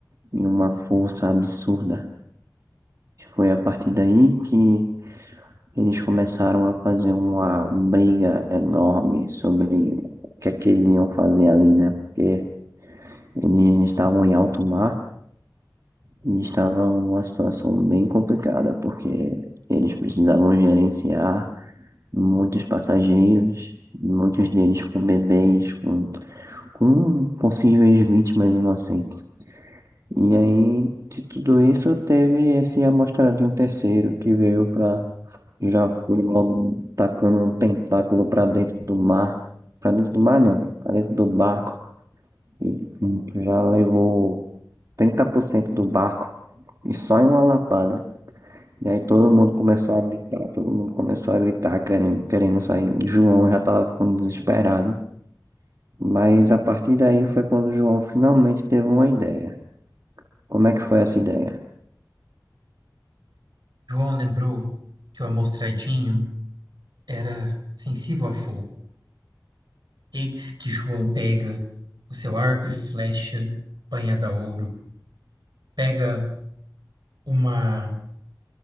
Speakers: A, on the right (about 50°); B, on the right (about 75°).
A: e uma força absurda. E foi a partir daí que eles começaram a fazer uma briga enorme sobre o que é que eles iam fazer ali, né? Porque eles estavam em alto mar E estava uma situação bem complicada, porque eles precisavam gerenciar muitos passageiros, muitos deles com bebês, com, com possíveis vítimas inocentes. E aí, de tudo isso, teve esse amostradinho terceiro que veio para. Já foi logo tacando um tentáculo para dentro do mar. Para dentro do mar, não, para dentro do barco. E já levou 30% do barco. E só em uma lapada. E aí todo mundo começou a gritar, todo mundo começou a gritar, querendo, querendo sair. João já estava ficando desesperado. Mas a partir daí foi quando o João finalmente teve uma ideia. Como é que foi essa ideia?
B: João lembrou que o amostradinho era sensível a fogo. Eis que João pega o seu arco e flecha banhada a ouro, pega uma,